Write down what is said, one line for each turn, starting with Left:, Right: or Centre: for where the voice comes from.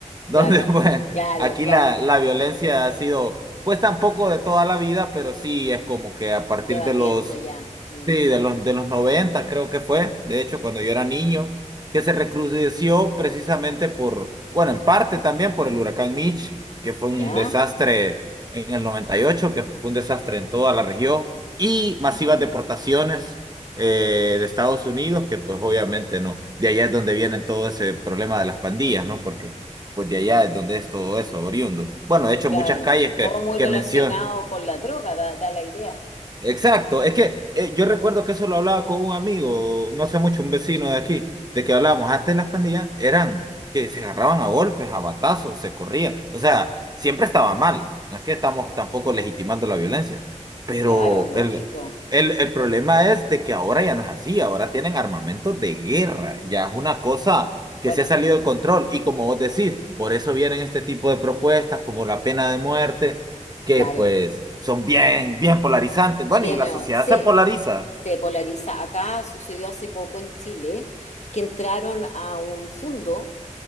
Right: donde
Left: Claro,
Right: <laughs> pues
Left: claro,
Right: aquí
Left: claro.
Right: la, la violencia ha sido, pues tampoco de toda la vida, pero sí es como que a partir
Left: Lleva
Right: de
Left: tiempo
Right: los
Left: ya. Mm.
Right: Sí, de los, de los 90 creo que fue, de hecho, cuando yo era niño, que se recrudeció precisamente por, bueno, en parte también por el huracán Mitch, que fue
Left: Ya,
Right: un desastre en el 98, que fue un desastre en toda la región, y masivas deportaciones eh, de Estados Unidos, que pues obviamente no, de allá es donde viene todo ese problema de las pandillas, ¿no? Porque pues de allá es donde es todo eso, oriundo. Bueno, de hecho,
Left: claro.
Right: muchas calles que,
Left: Todo muy
Right: que
Left: relacionado
Right: mencio-
Left: con la droga, da, da la idea.
Right: Exacto, es que eh, yo recuerdo que eso lo hablaba con un amigo, no hace mucho, un vecino de aquí, de que hablábamos, antes las pandillas eran que se agarraban a golpes, a batazos, se corrían, o sea, siempre estaba mal, no es que estamos tampoco legitimando la violencia, pero
Left: Claro, lógico.
Right: el, el, el problema es de que ahora ya no es así, ahora tienen armamento de guerra, ya es una cosa que
Left: Bueno,
Right: se ha salido de control y como vos decís, por eso vienen este tipo de propuestas como la pena de muerte que
Left: claro.
Right: pues son bien, bien polarizantes. Bueno,
Left: Tiene,
Right: y la sociedad
Left: sí,
Right: se polariza.
Left: se polariza. Acá sucedió hace poco en Chile que entraron a un fondo.